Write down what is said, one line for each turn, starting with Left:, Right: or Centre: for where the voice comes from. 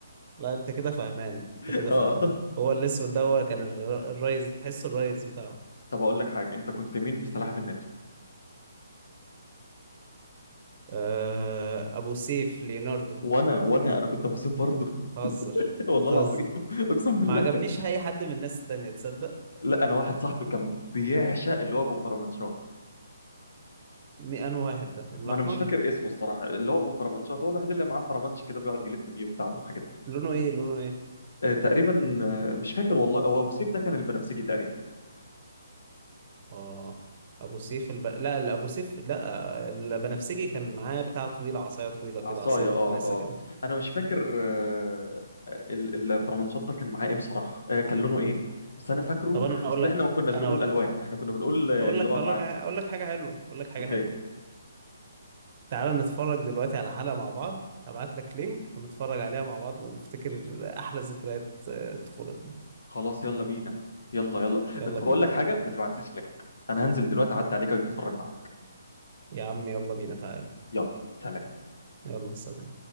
Right: لا انت كده فاهمان
Left: <laughs>
Right: انت كده
Left: اه
Right: فاهمان هو الاسود ده هو كان الر- الريس بتحسه الريس بتاعه
Left: طب اقول لك حاجه انت كنت مين في سلاحف النينجا
Right: آه، ابو سيف ليوناردو
Left: وانا وانا انا كنت ابو سيف برضه
Right: بتهزر
Left: <laughs> والله
Right: بتهزر
Left: العظيم <laughs> اقسم بالله
Right: ما عجبنيش اي حد من الناس التانية تصدق
Left: لا انا واحد صاحبي كان بيعشق اللي هو ابو فرمنشار
Right: مي انه واحد ده الاحمر
Left: ما انا مش فاكر اسمه الصراحه اللي هو ابو فرمانشات هو الوحيد اللي معاه فرمانش كده بيقعد يلف بيه وبتاع والحاجات دي
Right: لونه ايه لونه ايه
Left: آه تقريبا آه مش فاكر والله هو ابو سيف ده كان البنفسجي تقريبا
Right: اه ابو سيف الب... لا الابو سيف لا البنفسجي كان معاه بتاع طويله عصايه طويله كده
Left: عصايه
Right: عصايه
Left: اه
Right: كناسه
Left: اه
Right: كده
Left: انا مش فاكر آه ال- الفرمانشات ده كان معاه ايه بصراحه آه كان لونه ايه بس انا فاكره
Right: طب انا اقول
Left: اصل
Right: لك
Left: احنا ما كناش
Right: انا
Left: بنقول
Right: اقول
Left: الوان
Right: لك
Left: احنا كنا بنقول آه،
Right: اقول
Left: اللي
Right: لك
Left: هو
Right: اقول
Left: معاه
Right: لك اقول لك حاجه حلوه اقول لك حاجه
Left: اوكي
Right: حلوه تعالى نتفرج دلوقتي على حلقه مع بعض هبعت لك لينك ونتفرج عليها مع بعض ونفتكر احلى ذكريات آه، طفولتنا
Left: خلاص يلا بينا يلا يلا
Right: يلا
Left: طب
Right: بينا
Left: اقول لك حاجه ما تبعتليش لينك انا هنزل دلوقتي اعدي عليك واجي اتفرج معاك
Right: يا عم يلا بينا تعالى
Left: يلا سلام
Right: يلا سلام